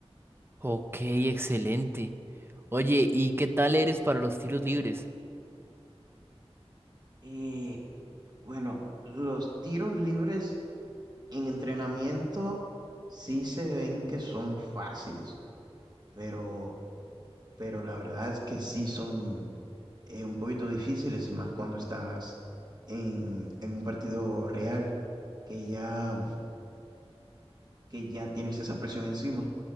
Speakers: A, on the right; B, on the right.
A: Ok, excelente. Oye, ¿y qué tal eres para los tiros libres?
B: Y bueno, los tiros libres en entrenamiento sí se ven que son fáciles, pero, pero la verdad es que sí son eh, un poquito difíciles y más cuando estás en, en un partido real que ya que ya tienes esa presión encima.